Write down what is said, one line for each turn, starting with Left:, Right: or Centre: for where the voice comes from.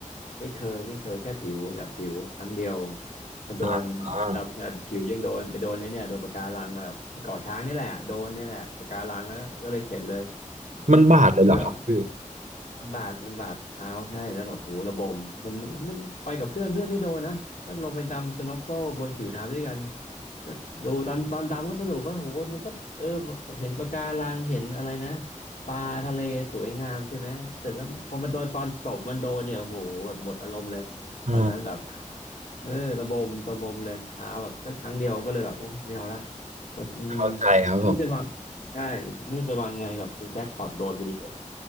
Left: ไม่เคยไม่เคยแค่ผิวแบบผิวครั้งเดียวมันโดน
Right: อ่าอ่า
Left: ดำขนาดผิวยังโดนไปโดนไอ้เนี่ยโดนปะการังอะแบบที่เกาะช้างนี่แหละโดนนี่แหละปะการังแล้วก็เลยเข็ดเลย <laughs>
Right: มันบาดเลยเหรอครับพี่
Left: ก็เลยเอา มันบาดมันบาดเท้าใช่แล้วแบบโหระบมมันมันไปกับเพื่อนเพื่อนไม่โดนนะก็ลงไปดำสโนว์โก้บนผิวน้ำด้วยกันก็ดูตอนตอนดำก็สนุกก็โหมันก็เออเห็นปะการังเห็นอะไรนะปลาทะเลสวยงามใช่ไหมเสร็จแล้วพอมันโดนตอนตบมันโดนเนี่ยโอ้โหแบบหมดอารมณ์เลยตอนนั้นแบบ
Right: อ่า
Left: เออระบมระบมเลยเท้าแบบก็ครั้งเดียวก็เลยแบบโอ้ไม่เอาละมันมัน
Right: เข้าใจครับผม
Left: มันจะวาง ใช่ไม่รู้จะวางไงแบบแจ็คพอตโดนพอดีเลย